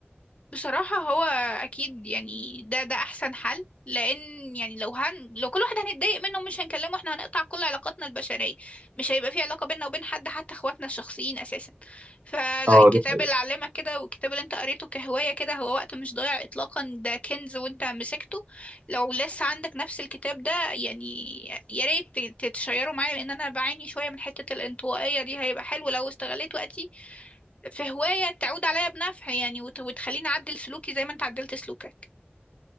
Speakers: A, on the left; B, on the right.
A: بصراحة هو أكيد يعني ده ده أحسن حل لأن يعني لو هن لو كل واحد هنتضايق منه مش هنكلمه احنا هنقطع كل علاقاتنا البشرية مش هيبقى في علاقة بيننا وبين حد حتى اخواتنا الشخصيين أساسا فلا
B: اه
A: الكتاب
B: دي حقيقة.
A: اللي علمك كده والكتاب اللي انت قريته كهواية كده هو وقت مش ضايع إطلاقا ده كنز وانت مسكته لو لسه عندك نفس الكتاب ده يعني يا ريت ت- تتشيره معايا لأن أنا بعاني شوية من حتة الانطوائية دي هيبقى حلو لو استغليت وقتي في هواية تعود عليا بنفع يعني وت- وتخليني أعدل سلوكي زي ما أنت عدلت سلوكك